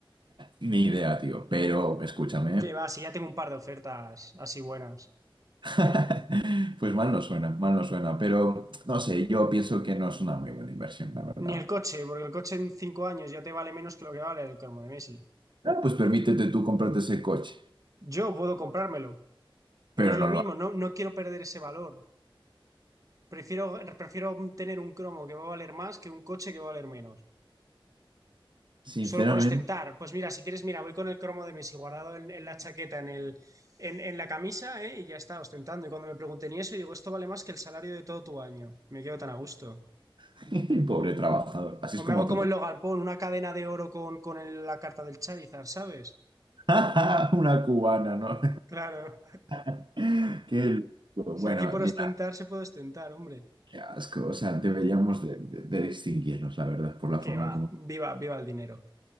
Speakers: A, on the right; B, on the right.
A: Ni idea, tío, pero escúchame,
B: Que va, si ya tengo un par de ofertas así buenas.
A: <laughs> pues mal no suena, mal no suena, pero no sé, yo pienso que no es una muy buena inversión, la verdad.
B: Ni el coche, porque el coche en cinco años ya te vale menos que lo que vale el cromo de Messi.
A: Ah, Pues permítete tú comprarte ese coche,
B: Yo puedo comprármelo, pero
A: pero
B: es lo
A: no
B: mismo,
A: lo hagas.
B: no, no quiero perder ese valor. Prefiero, prefiero tener un cromo que va a valer más que un coche que va a valer menos.
A: Sinceramente,
B: Solo por ostentar. Pues mira, si quieres, mira, voy con el cromo de Messi guardado en, en la chaqueta, en el, en, en la camisa, ¿eh? y ya está, ostentando. Y cuando me pregunten y eso, y digo, esto vale más que el salario de todo tu año. Me quedo tan a gusto.
A: <laughs> pobre trabajador, así
B: O
A: es como
B: me hago como el Logan Paul, una cadena de oro con, con el- la carta del Charizard, ¿sabes?
A: <laughs> Una cubana, ¿no?
B: Claro.
A: <laughs> Qué loco. Bueno,
B: Si aquí por
A: mira,
B: ostentar se puede ostentar, hombre.
A: qué asco. O sea, deberíamos de, de- de distinguirnos, la verdad, por la forma
B: Que va,
A: en cómo.
B: viva, viva el dinero.